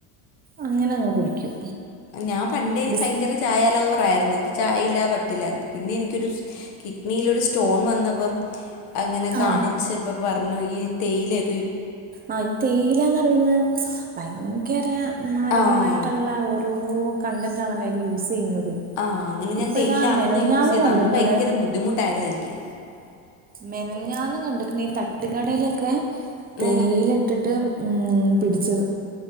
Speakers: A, on the right; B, on the left.
A: അങ്ങനങ്ങ് കുടിക്കും.
B: ഞാൻ പണ്ടേ യിനി
A: ബിസ്
B: ഭയങ്കര ചായാലവ റായിരുന്നു. എനിക്ക് ചായ ഇല്ലാത പറ്റില്ലായിരുന്നു പിന്നെ എനിക്കൊരു കിഡ്നിയിലൊരു സ്റ്റോൺ വന്നപ്പം. അങ്ങനെ കാണിച്ച്
A: ആ
B: അപ്പ പറഞ്ഞു ഈ തേയിലയൊ
A: ആ തേയിലാന്ന് പറയുന്ന ഭയങ്കര മാരകമായിട്ടുള്ള
B: ആഹ്
A: ഓരോ കണ്ടൻറ് ആണല്ലോ അയിൽ യൂസ് ചെയ്യുന്നത്.
B: ആഹ് അങ്ങനെ ഞാൻ
A: ഇപ്പൊ
B: തേയില
A: ഇതാ
B: അന്ന്
A: മെനഞ്ഞാന്നും
B: യൂസ് ചെയ്ത
A: കണ്ടിക്കണ്
B: അന്ന് ഭയങ്കര ബുദ്ധിമുട്ടായിരുന്നു എനിക്ക്.
A: മെനഞ്ഞന്ന്കണ്ടിട്ട പിന്നെ ഈ തട്ടുകടയിലൊക്കെ
B: ആ
A: തേയില ഇട്ടിട്ട് ഉ പിടിച്ചത്.